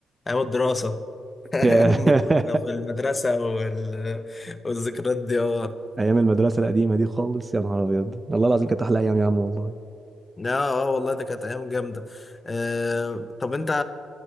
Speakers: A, on the left; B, on the right.
A: ايام الدراسة <laughs> ايام
B: <laughs>
A: ما كنا في المدرسة وال... والذكريات دي اه
B: ايام المدرسه القديمه دي خالص يا نهار ابيض والله العظيم كانت احلى ايام يا عم والله
A: لا اه والله ده كانت ايام جامده أه طب انت